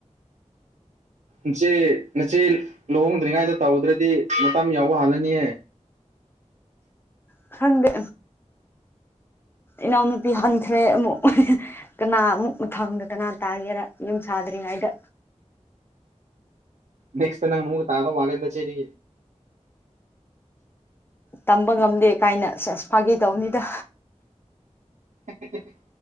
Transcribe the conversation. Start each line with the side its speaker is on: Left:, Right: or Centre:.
Right: ꯏꯆꯦ ꯅꯆꯦ ꯂꯨꯍꯣꯡꯗ꯭ꯔꯤꯉꯩꯗ ꯇꯧꯗ꯭ꯔꯗꯤ ꯃꯇꯝ ꯌꯥꯎꯕ ꯍꯥꯜꯂꯅꯤꯌꯦ
Left: ꯈꯪꯗꯦ ꯏꯅꯥꯎꯅꯨꯄꯤ ꯍꯥꯟꯈ꯭ꯔꯦ ꯑꯃꯨꯛ ꯀꯅꯥ ꯑꯃꯨꯛ ꯃꯊꯪꯗ ꯀꯅꯥ ꯇꯥꯒꯦꯔ ꯌꯨꯝ ꯁꯥꯗ꯭ꯔꯤꯉꯩꯗ
Right: ꯅꯦꯛꯁꯇ ꯅꯪ ꯃꯨꯒ ꯇꯥꯗꯧ ꯃꯥꯂꯦꯗ ꯁꯤꯗꯤ
Left: ꯇꯝꯕ ꯉꯝꯗꯦ ꯀꯥꯏꯅ ꯁꯦꯁ ꯐꯥꯒꯤ ꯇꯧꯅꯤꯗ
Right: ꯎ <unintelligible>